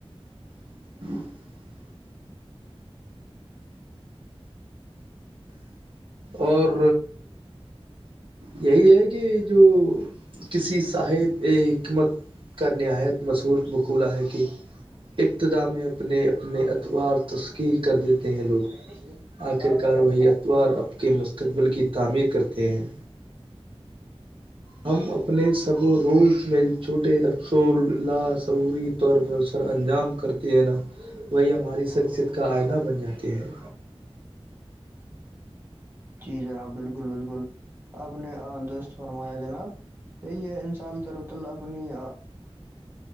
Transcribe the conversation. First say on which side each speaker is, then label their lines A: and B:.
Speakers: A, on the right; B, on the right.
A: <inaudible> اور یہی ہے کہ جو کسی صاحب حکمت کرنے ائے مسور وکولہ ہے کہ ابتدا میں اپنے اپنے اعتبار تسکیل کر دیتے
B: پہلے
A: ہیں لوگ
B: پہلے ایک
A: اخر
B: کا
A: کار
B: کال
A: وہی
B: کاٹ
A: اتوار اب کے مستق کی تعمیر کرتے ہیں ہم اپنے سبوں روز میں چھوٹے افسول لا سوری طور پر سرانجام کرتی ہے نا بھئی ہماری شخصیت کا ائینہ بن جاتی ہے
B: جی جناب بالکل بالکل اپ نے درست فرمایا جناب انسان کی طرف اللہ اپنی